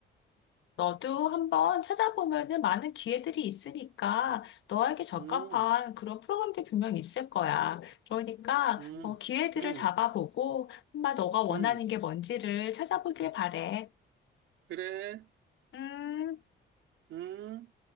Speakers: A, on the left; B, on the right.
A: 너도 한번 찾아보면은 많은 기회들이 있으니까 너에게 적합한
B: 음,
A: 그런 프로그램들이 분명히 있을 거야. 그러니까
B: 음,
A: 어, 기회들을
B: 음,
A: 잡아보고 정말 너가 원하는
B: 음.
A: 게 뭔지를 찾아보길 바래.
B: 그래.
A: 음.
B: 음.